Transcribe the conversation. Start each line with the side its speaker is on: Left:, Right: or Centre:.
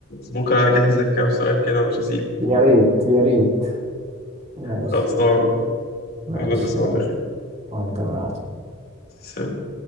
Left: بكره هجهز لك كام سؤال كده ومش هسيبك
Right: يا ريت يا ريت ماشي
Left: خلصانه
Right: ماشي
Left: يلا تصبح
Right: يلا
Left: على خير
Right: وانت من القعده
Left: سلام